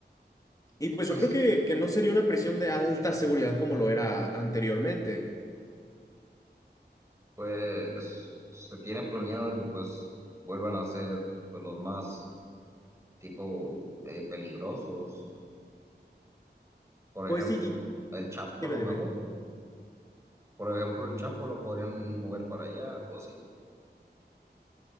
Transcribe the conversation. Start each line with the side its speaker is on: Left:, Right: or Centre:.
Left: Y pues
Right: Pues
Left: yo creo
Right: sí,
Left: que, que no sería una prisión de alta seguridad como lo era anteriormente.
Right: pues se tiene planeado que pues vuelvan a ser pues los más tipo eh, peligrosos, por
Left: Pues
Right: ejemplo,
Left: sí, y
Right: el Chapo
Left: dime,
Right: a lo
Left: dime.
Right: mejor, por ejemplo, el Chapo lo podrían mover para allá o así.